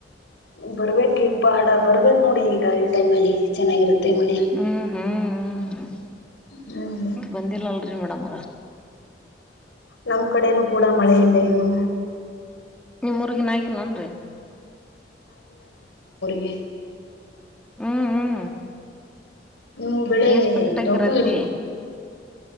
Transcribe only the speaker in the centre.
ಹ್ಮ್ ಹ್ಮ್ ಹ್ಮ್
ಬಂದಿಲ್ಲ ಅಲ್ರಿ ಮೇಡಮ್ ಅವ್ರ
ನಿಮ್ ಉರ್ಗಿನ್ಯಾ ಆಗಿಲ್ಲ ಏನ್ರೀ.
ಹ್ಮ್ ಹ್ಮ್
ಎಷ್ಟ್ ಪ್ಯಾಕೆಟ್ ಹಾಕಿರ್
ಹತ್ತಿ